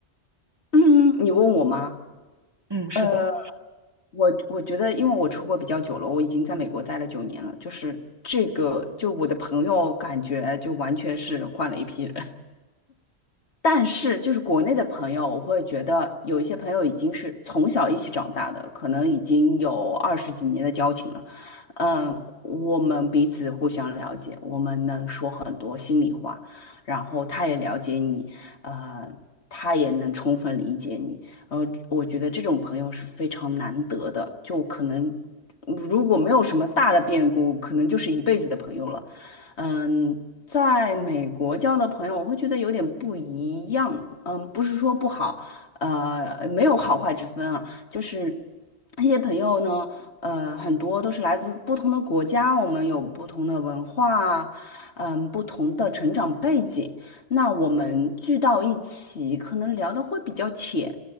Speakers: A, on the left; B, on the right.
A: 嗯，你问我吗？
B: 嗯，是的，
A: 呃，我我觉得，因为我出国比较久了，我已经在美国待了九年了，就是这个，就我的朋友感觉就完全是换了一批人，但是，就是国内的朋友，我会觉得有一些朋友已经是从小一起长大的，可能已经有二十几年的交情了。嗯，我们彼此互相了解，我们能说很多心里话，然后他也了解你，呃，他也能充分理解你。呃，我觉得这种朋友是非常难得的，就可能如果没有什么大的变故，可能就是一辈子的朋友了。嗯，在美国交的朋友，我会觉得有点不一样。嗯，不是说不好，呃，没有好坏之分啊，就是那些朋友呢，呃，很多都是来自不同的国家，我们有不同的文化，嗯，不同的成长背景，那我们聚到一起，可能聊的会比较浅，